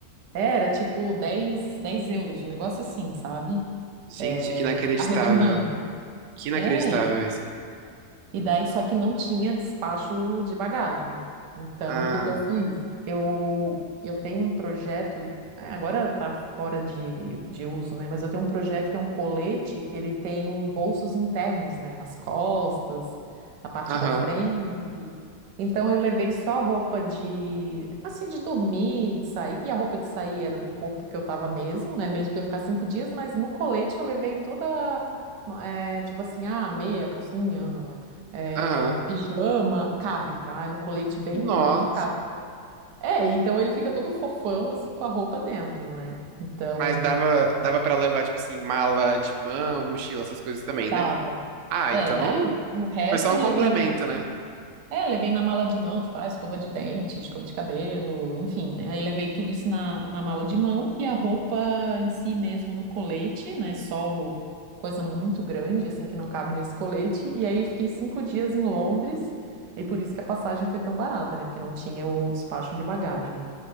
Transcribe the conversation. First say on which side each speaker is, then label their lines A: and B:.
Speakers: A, on the right; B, on the right.
A: era tipo dez, dez euros, um negócio assim, sabe?
B: Gente,
A: É,
B: que inacreditável.
A: arredondando.
B: Que inacreditável
A: É,
B: isso.
A: E daí só que não tinha despacho de bagagem. Então,
B: Ah,
A: o que que eu fiz? Eu, eu tenho um projeto, é, agora tá fora de, de uso, né? Mas eu tenho um projeto que é um colete que ele tem bolsos internos, né? Nas costas, na parte
B: aham,
A: da frente. Então, eu levei só roupa de, assim, de dormir, de sair. E a roupa de sair era do corpo que eu tava mesmo, né? Mesmo que eu ia ficar cinco dias, mas no colete eu levei toda é, tipo assim, ah, meia, calcinha, é,
B: aham.
A: pijama, cabe, tá? É um colete bem
B: Nossa.
A: grande e cabe. É, então ele fica todo fofão, assim, com a roupa dentro, né? Então,
B: Mas dava, dava para levar, tipo assim, mala de mão, mochila, essas coisas também,
A: dava.
B: né? Ah,
A: É,
B: então
A: daí o, o resto
B: foi só
A: eu
B: um complemento,
A: levei na,
B: né?
A: é, levei na mala de mão, tipo, ah, escova de dente, escova de cabelo, enfim, né? Aí levei tudo isso na, na mala de mão e a roupa em si mesmo no colete, né? Só o, coisa muito grande, assim, que não cabe nesse colete. E aí fiquei cinco dias em Londres e por isso que a passagem foi tão barata, né? Porque não tinha o despacho de bagagem.